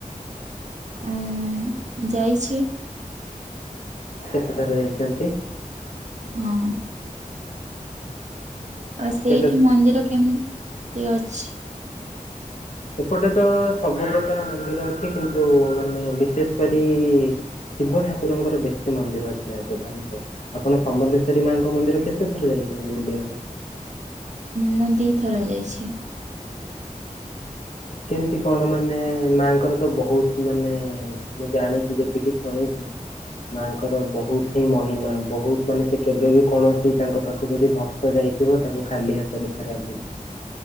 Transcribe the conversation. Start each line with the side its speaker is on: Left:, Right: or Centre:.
Right: ଓ ଯାଇଚି।
Left: କେତେଥର ଯାଇଚନ୍ତି?
Right: ହଁ। ଆଉ ସେଇଠି
Left: କେତେ
Right: ମନ୍ଦିର କେମିତି ଅଛି?
Left: ଏପଟେ ତ ସବୁ ପ୍ରକାର ମନ୍ଦିର ଅଛି, କିନ୍ତୁ ମାନେ ବିଶେଷ କରି ଶିବ ଠାକୁରଙ୍କର ବେଶୀ ମନ୍ଦିର ଅଛି ରାଜଧାନୀରେ, ଆପଣ ସମଲେଶ୍ଵରୀ ମାଙ୍କ ମନ୍ଦିର କେତେ ଥର ଯାଇ ନ୍ତି ବୁଲିବା ପାଇଁ।
Right: ମୁଁ ଦି ଥର ଯାଇଛି।
Left: କେମିତି କଣ? ମାନେ ମାଆଙ୍କର ତ ବହୁତ ମାନେ ମୁଁ ଜାଣିଚି, ଯେତିକି ଶୁଣିଚି ମାଙ୍କର ବହୁତ ହିଁ ମହିମା ବହୁତ ମାନେ ସେ କେବେ ବି କୌଣସି ତାଙ୍କ ପାଖକୁ ଯଦି ଭକ୍ତ ଯାଇ ଏତେ ବାଟରୁ ଖାଲି ହାତରେ ଫେରାନ୍ତୀନି।